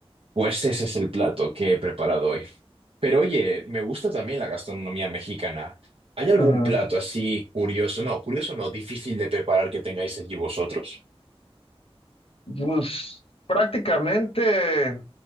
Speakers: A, on the right (about 65°); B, on the left (about 65°).
A: Pues ese es el plato que he preparado hoy. Pero oye, me gusta también la gastronomía mexicana. ¿Hay algún
B: Ajá.
A: plato así curioso? No, curioso no, difícil de preparar que tengáis allí vosotros.
B: Pues prácticamente